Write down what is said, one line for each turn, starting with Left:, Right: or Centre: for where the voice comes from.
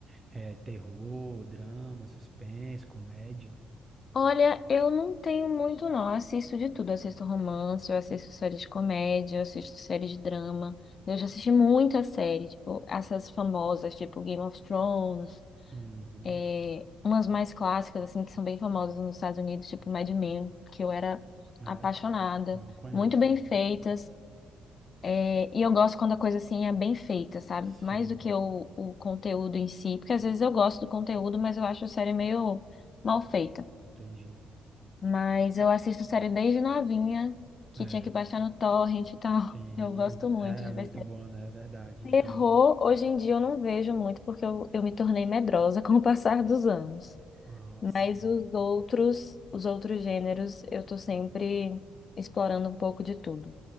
Right: É, é terror, drama, suspense, comédia?
Left: Olha, eu não tenho muito, não. Eu assisto de tudo. Eu assisto romance, eu assisto séries de comédia, eu assisto séries de drama. Eu já assisti muita série, tipo, essas famosas, tipo Game of Thrones,
Right: Uhum.
Left: é, umas mais clássicas, assim, que são bem famosas nos Estados Unidos, tipo Mad Men, que eu era
Right: É,
Left: apaixonada.
Right: não conheço.
Left: Muito bem feitas. é, e eu gosto quando a coisa, assim, é bem feita, sabe?
Right: Sim,
Left: Mais do que o, o conteúdo em si, porque às vezes eu gosto do conteúdo, mas eu acho a série meio mal feita.
Right: entendi.
Left: Mas eu assisto série desde novinha, que
Right: É.
Left: tinha que baixar no torrent e tal.
Right: Sim,
Left: <laughs> Eu gosto muito
Right: é
Left: de
Right: muito
Left: ver série.
Right: bom, né? É verdade.
Left: Terror,
Right: Eu também.
Left: hoje em dia eu não vejo muito, porque eu, eu me tornei medrosa <laughs> com o passar dos anos.
Right: Ah,
Left: Mas
Right: sim.
Left: os outros, os outros gêneros, eu tô sempre explorando um pouco de tudo.